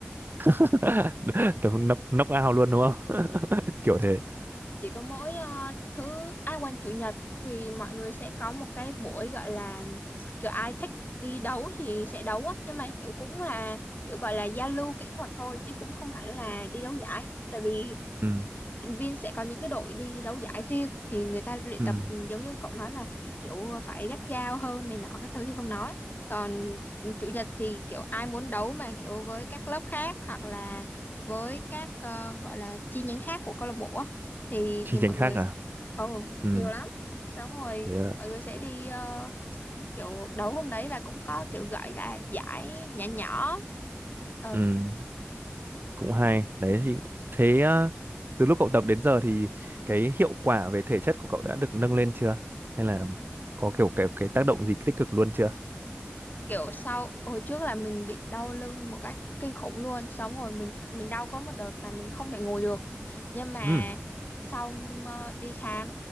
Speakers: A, on the right (about 50°); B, on the left (about 45°).
A: <laughs> Tớ nấp nấp ao luôn đúng không <laughs> kiểu thế
B: chỉ có mỗi ờ, thứ ai quanh chủ nhật thì mọi người sẽ có một cái buổi gọi là kiểu ai thích đi đấu thì sẽ đấu á nhưng mà kiểu cũng là kiểu gọi là giao lưu kỹ thuật thôi chứ cũng không hẳn là đi đấu giải tại vì
A: ừ.
B: Luyện viên sẽ có những cái đội đi đấu giải riêng thì người ta luyện
A: Ừ.
B: tập ừ, giống như cậu nói là kiểu phải gắt gao hơn này nọ các thứ thì không nói còn chủ nhật thì kiểu ai muốn đấu mà kiểu với các lớp khác hoặc là với các ờ, gọi là chi nhánh khác của câu lạc bộ á, thì
A: chi
B: thì mọi
A: nhánh khác
B: người
A: à
B: sẽ ồ
A: ừ.
B: nhiều lắm xong rồi
A: thế ạ.
B: mọi người sẽ đi ờ, kiểu đấu hôm đấy và cũng có kiểu gọi là giải nhỏ nhỏ ờ
A: ừ. cũng hay đấy thì thế ờ, từ lúc cậu tập đến giờ thì cái hiệu quả về thể chất của cậu đã được nâng lên chưa hay là có kiểu cái cái tác động gì tích cực luôn chưa
B: kiểu sau hồi trước là mình bị đau lưng một cách kinh khủng luôn xong rồi mình mình đau có một đợt mà mình không thể ngồi được nhưng mà
A: ừ.
B: xong ờ, đi khám